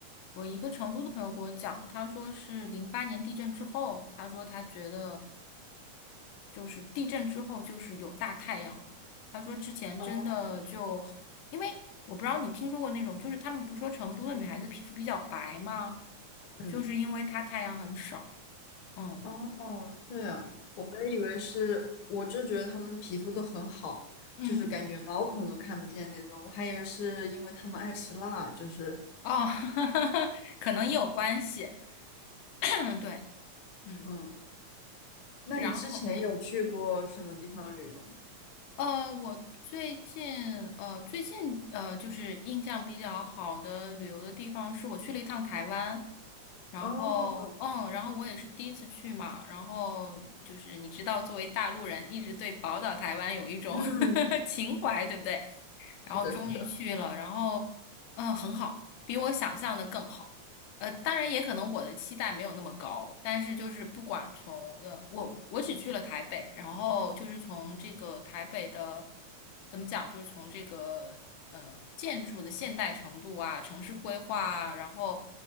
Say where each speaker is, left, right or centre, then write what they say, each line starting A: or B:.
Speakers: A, on the left (about 85°); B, on the left (about 65°).
A: 我一个成都的朋友给我讲，他说是零八年地震之后，他说他觉得就是地震之后就是有大太阳了。他说之前真的就，
B: 哦
A: 因为我不知道你听说过那种，就是他们不是说成都的女孩子皮肤比较白吗？
B: 嗯，
A: 就是因为她太阳很少。嗯
B: 哦，这样，我还以为是，我就觉得他们皮肤都很好，
A: 嗯，
B: 就是感觉毛孔都看不见那种，我还以为是因为他们爱吃辣，就是，
A: 哦，<laughs> 可能也有关系。嗯，对，嗯，
B: 嗯，那你之前有去过什么地方旅游吗？
A: 对然后。呃，我最近呃最近呃就是印象比较好的旅游的地方是我去了一趟台湾，然后嗯，
B: 哦，
A: 然后我也是第一次去嘛，然后就是你知道，作为大陆人，一直对宝岛台湾有一种
B: 嗯，
A: <laughs> 情怀，对不对？然后终于去了，
B: 是的，是的。
A: 然后嗯，很好，比我想象的更好。呃，当然也可能我的期待没有那么高，但是就是不管从呃，我我只去了台北，然后就是从这个台北的怎么讲，就是从这个呃建筑的现代程度啊，城市规划啊然后